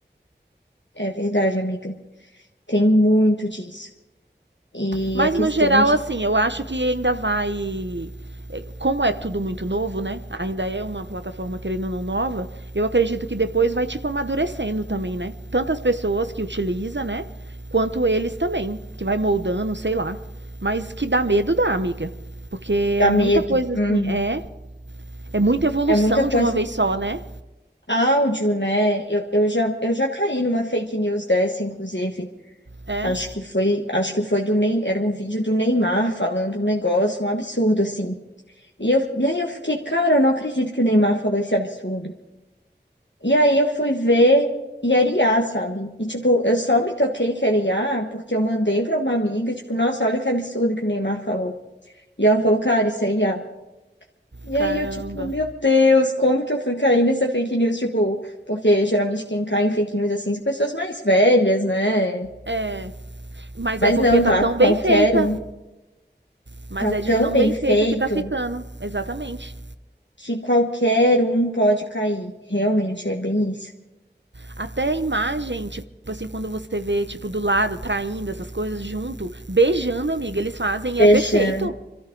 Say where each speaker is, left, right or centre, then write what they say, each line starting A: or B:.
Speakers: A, on the left (about 80°); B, on the right (about 80°).
A: é verdade, amiga. Tem muito disso. E
B: Mas
A: a questão
B: no geral,
A: de
B: assim, eu acho que ainda vai. é, Como é tudo muito novo, né? Ainda é uma plataforma, querendo ou não, nova. Eu acredito que depois vai, tipo, amadurecendo também, né? Tanto as pessoas que utilizam, né? Quanto eles também, que vai moldando, sei lá. Mas que dá medo, dá, amiga. Porque
A: dar
B: é muita
A: medo.
B: coisa,
A: Uhum.
B: assim, é. É muita evolução
A: É muita coisa.
B: de uma vez só, né?
A: Áudio, né? Eu, eu já, eu já caí numa fake news dessa, inclusive,
B: É,
A: Acho que foi, acho que foi do Ney, era um vídeo do Neymar falando um negócio, um absurdo assim. E eu, e aí eu fiquei, cara, eu não acredito que o Neymar falou esse absurdo. E aí eu fui ver e era IA, sabe? E tipo, eu só me toquei que era IA porque eu mandei pra uma amiga, tipo, nossa, olha que absurdo que o Neymar falou. E ela falou, cara, isso é IA. E
B: caramba.
A: aí eu, tipo, meu Deus, como que eu fui cair nessa fake news? Tipo, porque geralmente quem cai em fake news assim são pessoas mais velhas, né?
B: É. Mas
A: Mas
B: é porque
A: não,
B: tá
A: tá?
B: tão bem
A: Qualquer
B: feita.
A: um
B: Mas
A: tá
B: é
A: tão
B: de tão
A: bem
B: bem
A: feito
B: feita que tá ficando. Exatamente.
A: que qualquer um pode cair. Realmente é bem isso.
B: Até a imagem, tipo assim, quando você vê, tipo, do lado, traindo essas coisas junto, beijando, amiga, eles fazem e
A: Beijando.
B: é perfeito.